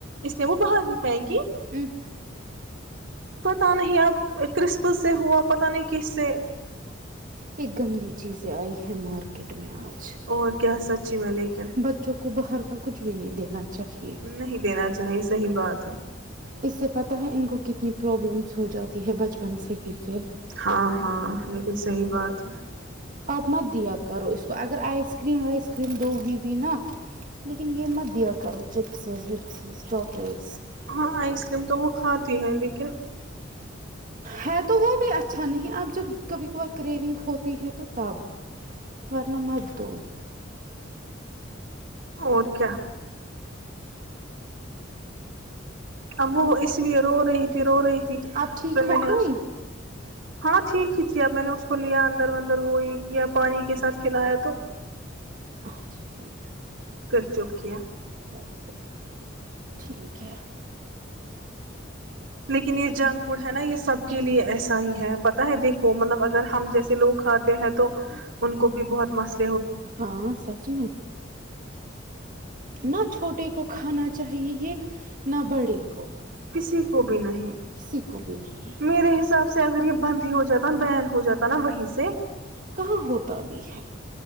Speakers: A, on the right; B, on the right.
A: اس نے وہ باہر ہی پائ کی
B: ام
A: پتا نہیں اب کرسپ سے ہوا پت نہیں کس سے
B: ایک گندی چیزیں آئی ہے مارکیٹ میں آج
A: اور کیا سچی میں لیکن
B: بچوں کو باہر کچھ بھی نہیں دینا چاہیے
A: نہیں دینا چاہیے صحیح بات ہے
B: اس سے پت ہے ان کو کتنی پرابلمز ہو جاتی ہے بچپن سے ہی پھر
A: ہاں ہاں لیکن صحیح بات ہے
B: اپ مت دیا کرو اس کو اگر آئس کریم وائس کریم دو گی بھی نا لیکن یہ مت دیا کرو چپسز وپسز چاکلیٹ
A: ہاں آئس کریم تو وہ کھاتا ت ہیں لیکن
B: ہے تو وہ بھی اچھا نہیں اب جب کبھی کبھار کریوننگ ہوتی ہے تو تب ورنہ مت دو
A: اور کیا اب وہ اس لیے رو رہی تھی رو رہی تھی
B: اب ٹھیک
A: پھر
B: ہو
A: میں نے
B: گئی
A: اس کو ہاں ٹھیک ہی تھی اب میں نے اس کو لیا اندر ودر وہ یہ کیا پانی کے ساتھ کھلایا تو
B: اچھا ٹھیک
A: پھر چپ کیا
B: چلو پھر ٹھیک <unintelligible>
A: لیکن یہ جنک فوڈ ہے نا یہ سب کے لیے ایسا ہی ہے پتاہ ہے دیکھو مطلب اگر ہم جیسے لوگ کھاتے ہیں تو ان کو بھی بہت مسلہ
B: ہاں سچ میں نہ چھوٹے کو کھانا چاہیے یہ نہ بڑھے کو
A: کسی کو بھی نہیں
B: کسی کو بھی نہیں
A: میرے حساب سے اگر یہ بند ہی ہو جاتا بین ہو جاتا نا وہیں سے
B: کہاں ہوتا بھی ہے